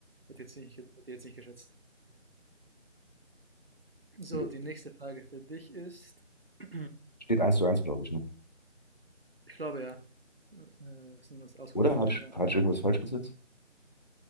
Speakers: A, on the right; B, on the left.
A: Hätte jetzt nicht, hätte jetzt nicht geschätzt. So,
B: Jo.
A: die nächste Frage für dich ist, <clears throat> ich
B: Steht eins zu eins, glaube ich, ne?
A: glaube ja, äh, wir sind uns ausgeglichen
B: Oder hatte
A: momentan.
B: ich, hatte ich irgendwas falsch gesetzt?